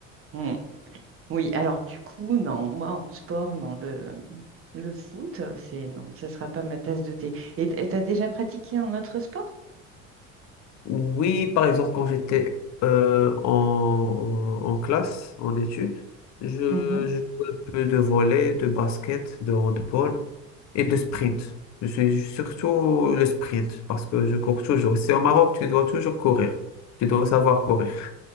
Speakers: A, on the right; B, on the left.
A: Hmm. Oui, alors du coup, non, moi, en sport, non, le, le foot, c'est non, ça sera pas ma tasse de thé. Et t- et t'as déjà pratiqué un autre sport?
B: Oui, par exemple, quand j'étais euh, en, en- en classe, en études, je,
A: Mhm.
B: je jouais un peu de volley, de basket, de handball et de sprint. Je suis surtout le sprint parce que je cours toujours. C'est au Maroc, tu dois toujours courir. Tu dois savoir courir.